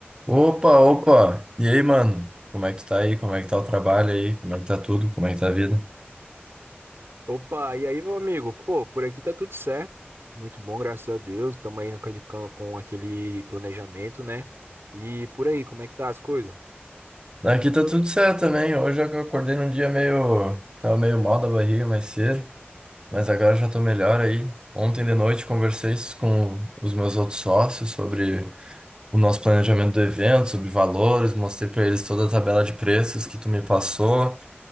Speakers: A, on the right; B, on the right.
A: Opa, opa! E aí, mano? Como é que tu tá aí? Como é que tá o trabalho aí? Como é que tá tudo? Como é que tá a vida?
B: Opa, e aí, meu amigo? Pô, por aqui tá tudo certo. Muito bom, graças a Deus. Estamos aí naquele, can- com aquele planejamento, né? E por aí, como é que tá as coisas?
A: Aqui tá tudo certo também. Hoje eu acordei num dia meio. Tava meio mal da barriga mais cedo, mas agora já tô melhor aí. Ontem de noite conversei com os meus outros sócios sobre o nosso planejamento do evento, sobre valores, mostrei pra eles toda a tabela de preços que tu me passou.